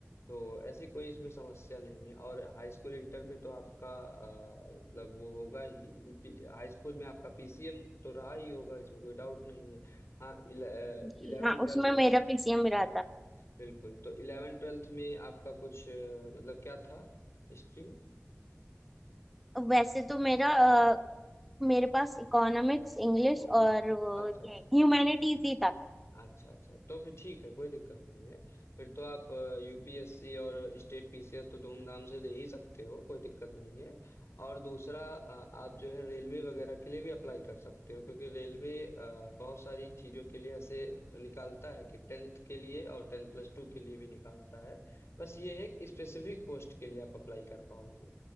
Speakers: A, on the left; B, in the centre.
A: तो ऐसी कोई इसमें समस्या नहीं है और हाई स्कूल इंटर में तो आपका अ, मतलब वो होगा ही पी- हाई स्कूल में आपका पीसीएम तो रहा ही होगा इसमें कोई डाउट नहीं है हाँ इलेवेंथ
B: जी हाँ उसमें
A: ट्वेल्थ
B: मेरा
A: में आप
B: पीसीएम रहा
A: हाँ
B: था
A: बिल्कुल तो इलेवेंथ ट्वेल्थ में आपका कुछ अ, मतलब क्या था हिस्ट्री में
B: वैसे तो मेरा अ, मेरे पास इकोनॉमिक्स इंग्लिश
A: ओके
B: और वो
A: अच्छा
B: ये
A: अच्छा
B: ह्यूमैनिटीज ही था
A: अच्छा अच्छा तो फिर ठीक है कोई दिक्कत नहीं है फिर तो आप यूपीएससी और स्टेट पीसीएस तो धूमधाम से दे ही सकते हो कोई दिक्कत नहीं है और दूसरा अ, आप जो है रेलवे वगैरह के लिए भी अप्लाई कर सकते हो क्योंकि रेलवे अ, बहुत सारी चीज़ों के लिए ऐसे निकालता है कि टेंथ के लिए और टेंथ प्लस टू के लिए भी निकालता है बस ये है कि स्पेसिफिक पोस्ट के लिए आप अप्लाई कर पाओगे